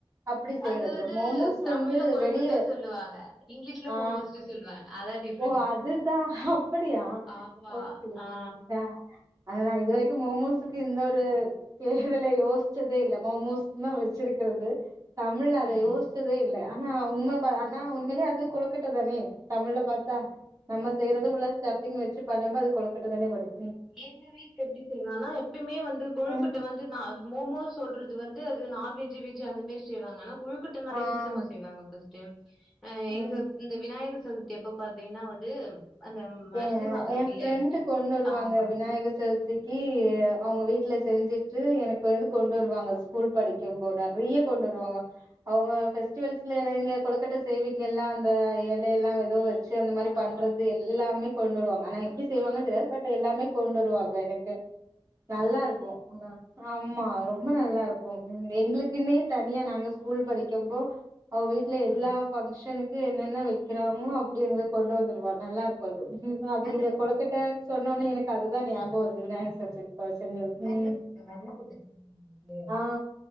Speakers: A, on the right; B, in the centre.
A: அப்டி செய்யறது
B: அது வந்து
A: மோமோஸ்
B: தமிழ்ல
A: வந்து
B: கொழுக்கட்ட
A: வெளிய
B: சொல்லுவாங்க இங்கிலீஷ்ல
A: ஆ
B: மோமோஸ்னு சொல்லுவாங்க அதான் டிப்
A: ஓ அதுதான் அப்டியா
B: ஆமா
A: ஓகே ஓகேங்க
B: ஆ
A: அதுதான் இதுவரைக்கும் மோமோஸுக்கு இந்த ஒரு கேரளை யோசிச்சதே இல்ல மோமோஸ் தான் வச்சிருக்கிறது தமிழ் அத
B: ம்
A: யோசிச்சதே இல்ல ஆனா உண்ம தான்
B: ம்
A: ஆனா உண்மையிலே இது கொழுக்கட்ட தானே தமிழ்ல பார்த்தா நம்ம செய்யறது
B: ம்.
A: உள்ள ஸ்டப்பிங் வச்சு பண்ணிந்தா அது கொழுக்கட்ட தான வரும்
B: எங்க வீட்ல எப்டி செய்வாங்கன்னா எப்பயுமே வந்து கொழுக்கட்டை
A: ம்.
B: வந்து நா மோமோஸ் சொல்றது வந்து அது நான்வெஜ் வெஜ் அந்தமாரி செய்வாங்க ஆனா குழுக்கட்டனாலே
A: ஆ
B: எப்டி தெரியுமா செய்வாங்க ஃபஸ் கியம் ஆ
A: ம்
B: எங்க இந்த விநாயக சதுர்த்தி எப்ப பாத்தீங்கன்னா வந்து அந்த
A: ஏ
B: அரிசிம்மாவு இருக்குல்ல
A: என் ஃப்ரெண்டு கொண்டு வருவாங்க
B: ஆமா
A: விநாயக சதுர்த்திக்கு அவங்க வீட்ல செஞ்சு ட்டு எனக்கு வந்து கொண்டு வருவாங்க ஸ்கூல் படிக்கும் போது நறைய கொண்டு வருவாங்க அவங்க பெஸ்டிவல்ஸ்லனங்க கொலக்கட்ட செய்வீங்க எல்லாம் அந்த இலைய எல்லாம் ஏதோ வச் அந்த மாரி பண்றது
B: ஆ
A: எல்லாமே கொண்டு வருவாங்க ஆனா எப்டி
B: சூப்பரா
A: செய்வாங்கன்னு
B: இருக்கு
A: தெரியாது பட் எல்லாமே கொண்டுருவாங்க எனக்கு நல்லா இருக்கும் ஆமா ரொம்ப நல்லா இருக் ம் எங்களுக்குன்னே தனியா நாங்க ஸ்கூல் படிக்கும்ப்போ அவங்க வீட்ல எல்லா
B: ம்
A: பங்க்ஷனுக் கு என்னென்ன வைக்கிறாங்களோ அப்டே எங்களுக்கு கொண்டு வந்துடுவா நல்லா அது
B: வெண்ண
A: நீங்க
B: புட்டு
A: கொழுக்கட்ட
B: தெரியுமா உங்களுக்கு
A: சொன்னோனே எனக்கு அதுதான் ஞாபகம் வருது விநாயகர் சர்ஜ் அவ செஞ்சது
B: வெண்ண
A: ம்
B: புட்டு வெண்ண புட்டு தெரியுமா உங்களுக்கு
A: ஆ